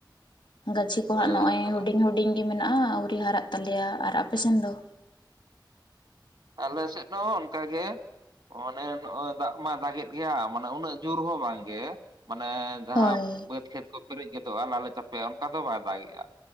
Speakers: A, on the left (about 85°); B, on the right (about 70°).
A: ᱜᱟᱹᱪᱷᱤ ᱠᱚ
B: ᱚ
A: ᱦᱟᱸᱜ ᱱᱚᱜᱼᱚᱭ
B: ᱦᱚ
A: ᱦᱩᱰᱤᱧ ᱦᱩᱰᱤᱧ ᱜᱮ ᱢᱮᱱᱟᱜᱼᱟ ᱟᱹᱣᱨᱤ ᱦᱟᱨᱟᱜ ᱛᱟᱞᱮᱭᱟ ᱟᱨ ᱟᱯᱮ ᱥᱮᱱ ᱫᱚ
B: ᱟᱞᱮ ᱥᱮᱫ ᱦᱚᱸ ᱚᱱᱠᱟᱜᱮ ᱚᱱᱮ ᱱᱚᱜ-ᱚᱭ ᱫᱟᱜ ᱢᱟᱭ ᱫᱟᱜᱮᱫ ᱜᱮᱭᱟ ᱢᱟᱱᱮ ᱩᱱᱟᱹᱜ ᱡᱳᱨ ᱦᱚᱸ ᱵᱟᱝ ᱜᱮ ᱢᱟᱱᱮ ᱡᱟᱦᱟᱸ
A: ᱦᱳᱭ
B: ᱵᱟᱹᱫ ᱠᱷᱮᱛ ᱠᱚ ᱯᱮᱨᱮᱡ ᱜᱚᱫᱚᱜᱼᱟ ᱞᱟᱞᱮ ᱪᱟᱯᱮᱜ-ᱟ ᱚᱱᱠᱟ ᱫᱚ ᱵᱟᱭ ᱫᱟᱜᱮᱜᱼᱟ